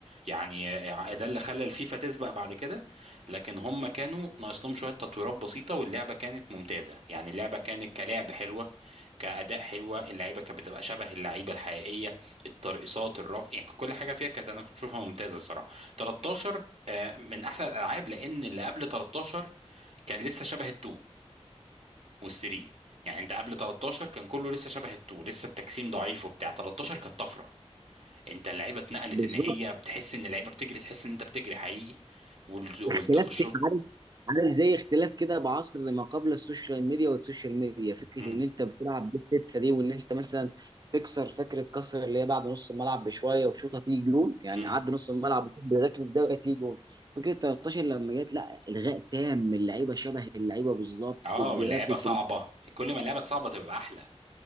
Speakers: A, on the right; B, on the right.
A: يعني ده اللي خلى الفيفا تسبق بعد كده لكن هم كانوا ناقص لهم شويه تطويرات بسيطه واللعبه كانت ممتازه يعني اللعبه كانت كلعب حلوه كأداء حلوة اللعيبة كانت بتبقى شبه اللعيبة الحقيقية الترقصات الرف يعني كل حاجة فيها كانت أنا كنت بشوفها ممتازة الصراحة 13 آه، من أحلى الألعاب لأن اللي قبل 13 كان لسه شبه التو والثري يعني انت قبل 13 كان كله لسه شبه التو لسه التجسيم ضعيف وبتاع 13 كانت طفره انت اللعيبه اتنقلت
B: بالظبط
A: ان هي بتحس ان اللعيبه بتجري تحس ان انت بتجري حقيقي وال- والت-
B: اختلاف
A: والشوط
B: كده، عارف عارف زي اختلاف كده بعصر ما قبل السوشيال ميديا والسوشيال ميديا فكره
A: مم.
B: ان انت بتلعب بالتته دي وان انت مثلا تكسر فكره كسر اللي هي بعد نص الملعب بشويه وشوطه تيجي جون يعني
A: مم.
B: عدى نص الملعب بركله زاويه تيجي جون فكره 13 لما جت لا الغاء تام اللعيبه شبه اللعيبه بالظبط
A: اه
B: الجرافيك
A: واللعيبه صعبه كل ما اللعبه صعبه تبقى احلى